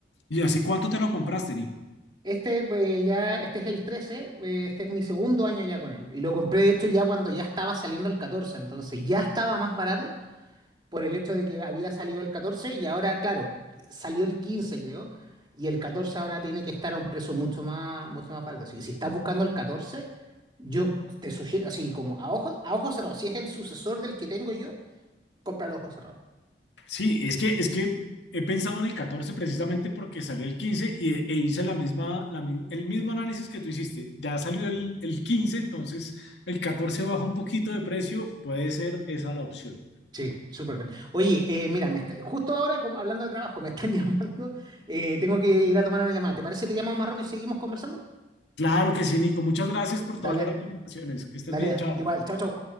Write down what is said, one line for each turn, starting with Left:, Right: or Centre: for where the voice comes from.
Left: ¿Y hace cuánto te lo compraste, Nico?
Right: Este, eh, ya, este es el 13, eh, este es mi segundo año ya con él. Y lo compré, de hecho, ya cuando ya estaba saliendo el 14, entonces ya estaba más barato por el hecho de que había salido el 14 y ahora, claro, salió el 15, creo, y el 14 ahora tiene que estar a un precio mucho más, mucho más barato. Así que si estás buscando el 14, yo te sugiero, así como a ojos, a ojos cerrados, si es el sucesor del que tengo yo, cómpralo a ojos cerrados.
Left: Sí, es que, es que he pensado en el 14 precisamente porque salió el 15 y, e hice la misma, la mi- el mismo análisis que tú hiciste. Ya salió el, el 15, entonces el 14 baja un poquito de precio, puede ser esa la opción.
Right: Sí, súper bien. Oye, eh, mira, me está- justo ahora, como hablando de trabajo, me están <laughs> llamando. eh, tengo que ir a tomar una llamada. ¿Te parece? Te llamamos más rato y seguimos conversando.
Left: Claro que sí, Nico. Muchas gracias por
Right: Dale,
Left: todas las recomendaciones. Que estés
Right: dale.
Left: bien, chao.
Right: Igual, chao, chao.